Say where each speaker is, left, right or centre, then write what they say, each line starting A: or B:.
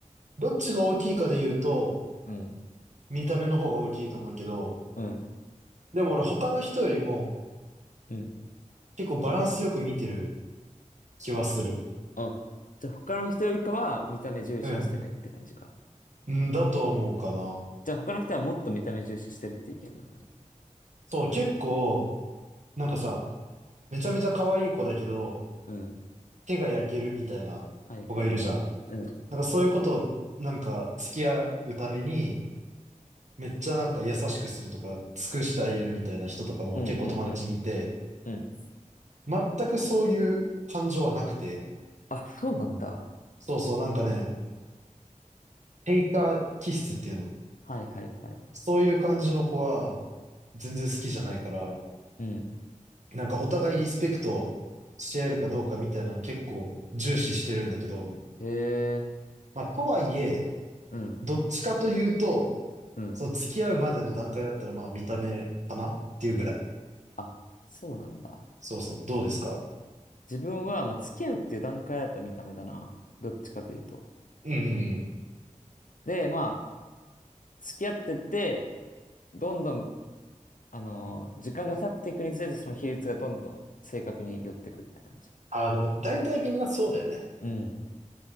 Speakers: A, on the right (about 60°); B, on the left (about 80°).
A: どっちが大きいかで言うと、
B: う。うん。
A: 見た目の方が大きいと思うけど、
B: うん。
A: でも俺他の人よりも
B: うん。
A: 結構バランスよく見てる気はする。
B: あ、じゃあ他の人よりかは見た目重視はしてないって感じか。
A: うん。うんだと思うかな。
B: じゃあ他の人はもっと見た目重視してるって意見なんだね。
A: そう、結構、なんかさ、めちゃめちゃ可愛い子だけど、
B: うん。
A: 手が焼けるみたいな子がいるじゃん。
B: はいはいはい。うん。
A: なんかそういうことを、なんか付き合うために、めっちゃなんか優しくするとか、尽くしてあげるみたいな人とかも結構友達にいて、
B: うんうんうんうん。
A: 全くそういう感情はなくて、
B: あ、そうなんだ。
A: そうそうなんかね、テイカー気質っていうの。
B: はいはいはい。
A: そういう感じの子は全然好きじゃないから、
B: うん。
A: なんかお互いリスペクトし合えるかどうかみたいなのは結構重視してるんだけど、
B: へえ。
A: まあとはいえ、
B: うん。
A: どっちかというと、
B: うん。
A: そう付き合うまでの段階だったらまあ見た目かなっていうぐらい。
B: あ、そうなんだ。
A: そうそう。どうですか
B: 自分は、まあ、付き合うっていう段階だった見た目だな。どっちかというと。
A: うんうんうん。
B: で、まあ、付き合ってって、どんどん、あのー時間が経っていくにつれて、その比率がどんどん正確に寄ってくって感じ。
A: あの、大体みんなそうだよね。
B: うん。